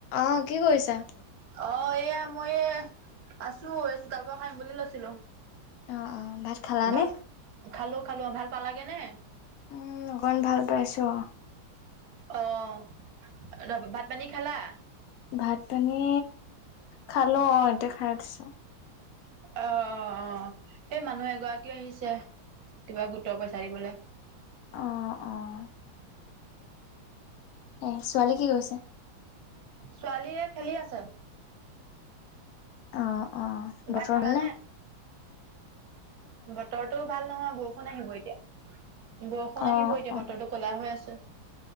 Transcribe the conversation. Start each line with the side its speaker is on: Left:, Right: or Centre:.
Left: অঁ কি কৰিছা।
Right: অঁ এয়া মই আছো এই চোতালক খন হাৰিম বুলি লৈছিলো
Left: অ', অ', ভাত খালানে?
Right: ভাল খালো খালো ভাল পালাগে নে
Left: উম, অকণ ভাল পাইছোঁ অ
Right: অঁ ভাত পানী খালা!
Left: ভাত পানী খালো অঁ এতিয়া খাই উঠিছো।
Right: অঁ অঁ অঁ সেই মানুহ এগৰাকীও আহিছে কিবা গোটৰ পইচা দিবলৈ
Left: অঁ অঁ। এ ছোৱালী কি কৈছে।
Right: ছোৱালীয়ে খেলি আছে।
Left: অঁ অঁ
Right: ভাত
Left: বতৰ
Right: খালা
Left: ভাল নে!
Right: বতৰটো ভাল নহয় বৰষুণ আহিব এতিয়া বৰষুণ
Left: অ',
Right: আহিব এতিয়া
Left: অ',
Right: বতৰটো কলা হৈ আছে